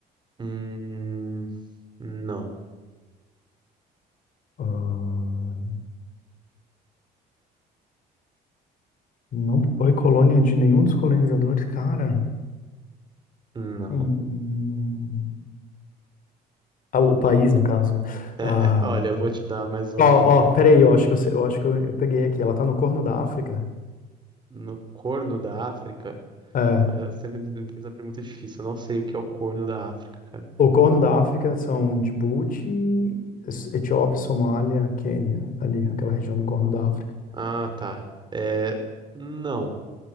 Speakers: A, on the right (about 25°); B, on the left (about 55°).
A: Hum, não,
B: Ah, não foi colônia de nenhum dos colonizadores, cara.
A: não.
B: Hum, Ah, o país, no caso, né?
A: É,
B: Ah,
A: é, olha, eu vou te dar mais uma
B: ó,
A: dica.
B: ó, peraí, eu acho que eu, sei- eu acho que eu, eu peguei aqui. Ela tá no Corno da África.
A: No Corno da África,
B: É,
A: Olha, você me me fez uma pergunta difícil. Eu não sei o que é o Corno da África, cara.
B: o Corno da África são Djibouti, Es- Etiópia, Somália, Quênia, ali, aquela região do Corno da África.
A: Ah, tá. É, não.